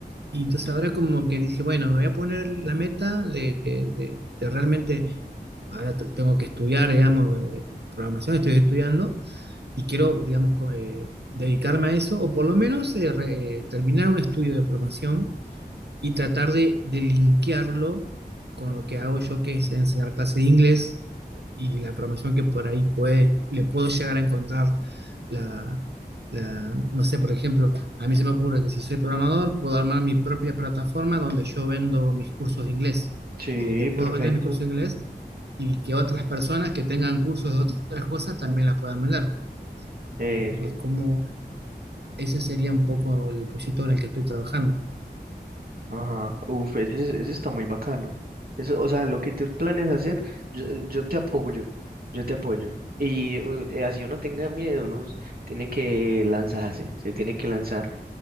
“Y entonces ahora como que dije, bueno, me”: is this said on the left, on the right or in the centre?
Right